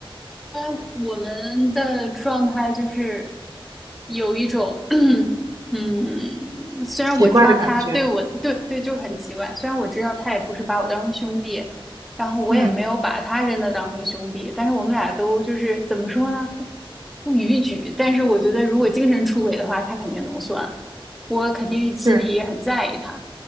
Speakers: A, in the centre; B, on the right.
A: 当然我们的状态就是有一种，<clears throat> 嗯，虽然我知道他对我，
B: 奇怪的感觉，
A: 对对，就是很奇怪。虽然我知道他也不是把我当成兄弟，然后我也没有把他真的当成兄弟，
B: 嗯，
A: 但是我们俩都就是怎么说呢？不不逾矩。但是我觉得，如果精神出轨的话，他肯定能算，我肯定心里也很在意他。
B: 是，